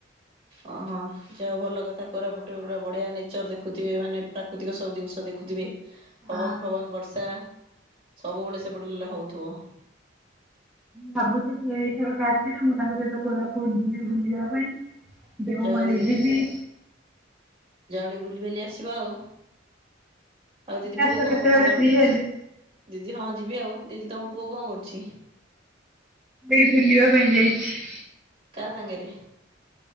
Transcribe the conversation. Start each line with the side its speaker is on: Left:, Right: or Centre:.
Right: ଓହୋ। ଯାହା ଭଲ କଥା କର ଗୋଟେ ଗୋଟେ ବଢ଼ିଆ ନେଚର୍ ଦେଖୁଥିବେ ମାନେ ପ୍ରାକୃତିକ ସବୁ ଜିନିଷ ଦେଖୁଥିବେ।
Centre: ଅଛନ୍ତି।
Right: ପବନ ଫବନ ବର୍ଷା ସବୁବେଳେ ସେପଟେ ହଉଥିବ?
Centre: ଭାବୁଛି ସେ ଏଇଥରକ ଆଥିଲେ ମୁଁ ତାଙ୍କ ସହିତ କୋରାପୁଟ ଯିବି ବୁଲିବା ପାଇଁ ଦେଓମଳି
Right: ଯାଅ ଦିଦି
Centre: ଯିବି।
Right: ଗୋଟେ ବୁଲି ବଲି ଆସିବା ଆଉ ଆଉ ଦିଦି
Centre: ଆସ
Right: ପୁଅ କଣ
Centre: କେତେବେଳେ
Right: କରୁଛି ତମ
Centre: ଫ୍ରି ହେଲେ
Right: ଦିଦି ହଁ ଯିବି ଆଉ। ଦିଦି ତମ ପୁଅ କଣ କରୁଛି?
Centre: ବୁଲି ବା ପାଇଁଣିଜାଇଛି, ।
Right: କା ସାଙ୍ଗରେ?